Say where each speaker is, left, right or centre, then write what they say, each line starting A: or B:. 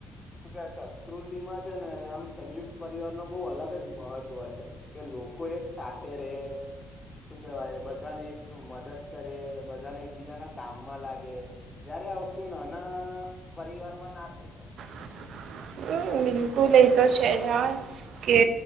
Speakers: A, on the left; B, on the right.
A: શું કે સંસ્કૃતિમાં છે, ને આમ સંયુક્ત પરિવાર ન બહુ અલગ જ મહત્વ છે કે લોકો એક સાથે રહે શું, કેવાય બધાને એક મદદ કરે બધાને એકબીજાના કામમાં લાગે તારે આ વસ્તુ નાના પરિવારમાં ના થઈ શકે,
B: હમ્મ બિલકુલ એ તો છે જ હ કે